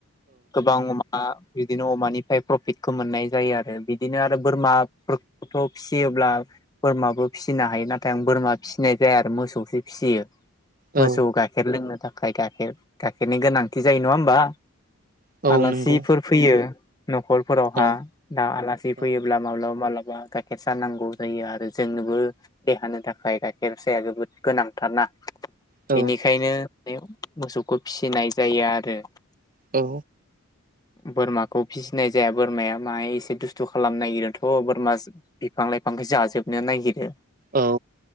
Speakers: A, on the left; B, on the right.
A: गोबां अमा बिदिनो अमानिफ्राय प्रफिटखौ मोननाय जायो आरो बि बिदिनो आरो बोरमा खौथ' फिसियोब्ला बोरमाबो फिसिनो हायो नाथाय आं बोरमा फिसिनाय जाया आरो मोसौसो फिसियो। मोसौ
B: औ
A: गायखेर लोंनो थाखाय आखाइ गाखेर गाइखेरनि गोनांथि जायो नङा होमबा।
B: औ
A: आलासिफोर
B: नंगौ
A: फैयो। न'खरफोरावहा
B: औ।
A: आलासि
B: औ
A: फैयोब्ला माव मालाबा मालाबा गाइखेर साहा नांगौ जायो आरो जोंनोबो देहानि थाखाय गाइखेर साहाया जोबोद गोनांथार ना।
B: औ
A: बेनिखायनो मोसौखौ फिसिनाय जायो आरो।
B: औ
A: बोरमाखौ फिसिनाय जाया। बोरमाया माहाय एसे दुस्थु खालामनो नागिरोथ' बोरमा बिफां लाइफांखौ जाजोबनो नागिरो।
B: औ